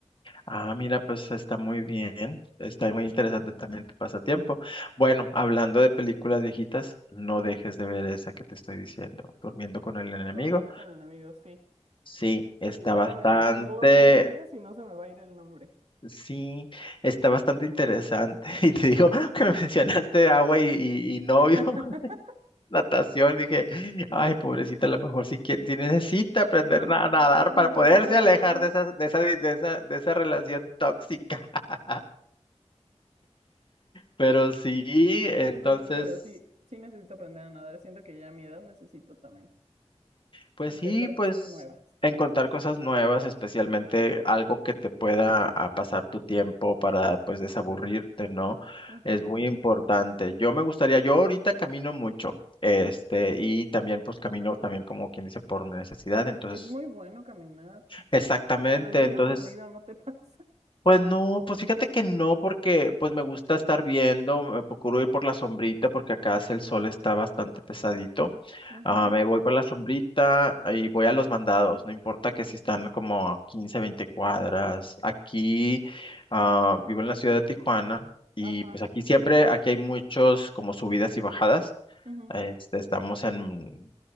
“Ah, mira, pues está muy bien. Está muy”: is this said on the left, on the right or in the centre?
Left